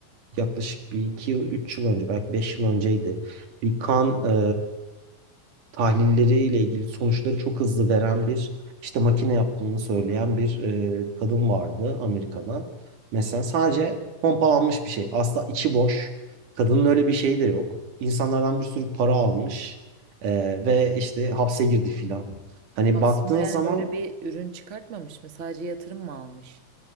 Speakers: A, on the right (about 80°); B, on the right (about 55°).
A: yaklaşık bir iki yıl, üç yıl önce belki beş yıl önceydi. Bir kan e, tahlilleriyle ilgili sonuçları çok hızlı veren bir işte makine yaptığını söyleyen bir e, kadın vardı Amerika'da. Mesela sadece pompalanmış bir şey. Asla içi boş. Kadının öyle bir şeyi de yok. İnsanlardan bir sürü para almış. Ee, ve işte hapse girdi filan. Hani
B: Aslında
A: baktığın
B: yani
A: zaman
B: böyle bir ürün çıkartmamış mı? Sadece yatırım mı almış?